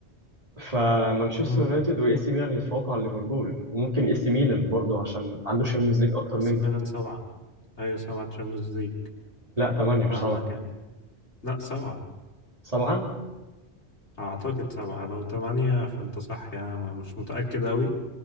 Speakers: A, on the right; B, on the left.
A: فمانشستر
B: امم
A: يونايتد واي سي ميلان يتفوقوا على ليفربول وممكن اي سي ميلان برضه عشان عنده شامبيونز ليج اكتر منهم
B: سي ميلان سبعة أيوة سبعة تشامبيونز ليج
A: لا 8 مش
B: فاهمك
A: 7
B: يعني لا سبعة
A: 7
B: أعتقد سبعة لو تمانية فأنت صح يعني أنا مش متأكد أوي